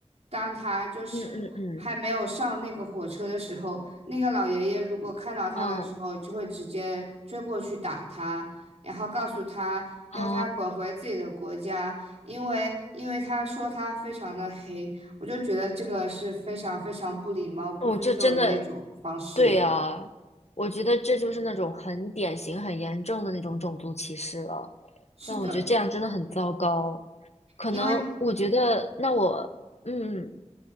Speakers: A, on the right (about 65°); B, on the left (about 70°).
A: 当他就是还没有上那个火车的时候，
B: 嗯嗯嗯，
A: 那个老爷爷如果看到他的时候，
B: 嗯
A: 就会直接追过去打他，然后告诉他要他滚回自己的国家，
B: 啊，
A: 因为因为他说他非常的黑，我就觉得这个是非常非常不礼貌、不尊重人的一种方式。
B: 我就真的，对啊，我觉得这就是那种很典型、很严重的那种种族歧视了。
A: 是的。
B: 那我觉得这样真的很糟糕。可能我觉得，
A: 因为
B: 那我，嗯，